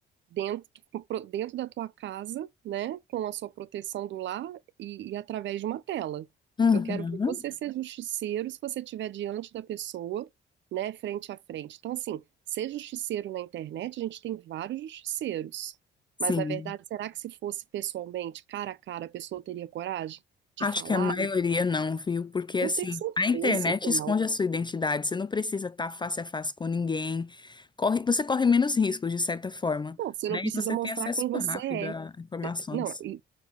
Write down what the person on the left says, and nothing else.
Uhum.
Sim.
Acho
que a maioria não, viu? Porque
assim,
a internet
esconde
a sua identidade. Você não precisa estar face a face com ninguém. Corre, você corre menos riscos, de certa forma,
né?
E você
tem acesso
rápido
a informações.